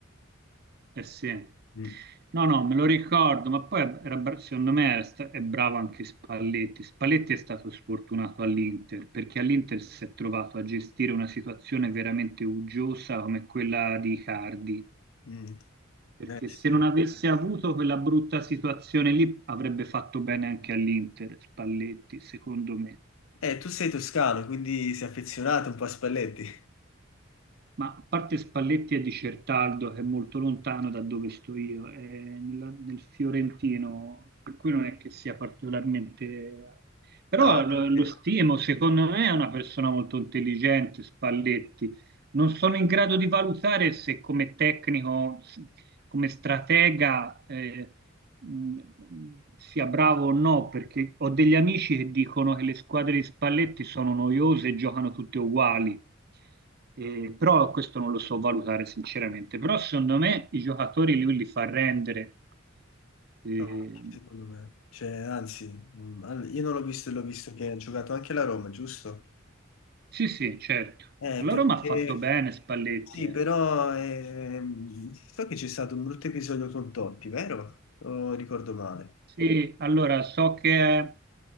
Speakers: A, on the right; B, on the left.
A: Eh sì.
B: Mm,
A: No, no, me lo ricordo, ma poi era bra- secondo me era sta- è bravo anche Spalletti. Spalletti è stato sfortunato all'Inter perché all'Inter si è trovato a gestire una situazione veramente uggiosa come quella di Icardi,
B: mm.
A: perché
B: Eh, sì.
A: se non avesse avuto quella brutta situazione lì avrebbe fatto bene anche all'Inter, Spalletti, secondo me.
B: Eh, tu sei toscano, quindi sei affezionato un po' a Spalletti.
A: Ma a parte Spalletti e Di Certaldo, che è molto lontano da dove sto io, è nella- nel Fiorentino, per cui non è che sia particolarmente... Però
B: No,
A: lo, lo
B: eh,
A: stimo, secondo me è una persona molto intelligente, Spalletti. Non sono in grado di valutare se come tecnico, s- come stratega, eh, mh, sia bravo o no, perché ho degli amici che dicono che le squadre di Spalletti sono noiose e giocano tutte uguali. Eh, però questo non lo so valutare sinceramente. Però secondo me i giocatori lui li fa rendere. Eh,
B: no, secondo me. Cioè, anzi, mh, all- io non l'ho visto e l'ho visto che ha giocato anche la Roma, giusto?
A: sì, sì, certo.
B: Eh,
A: Allora
B: quello
A: mi ha
B: che...
A: fatto bene Spalletti,
B: Sì,
A: eh.
B: però ehm, so che c'è stato un brutto episodio con Totti, vero? O ricordo male?
A: Sì, allora so che,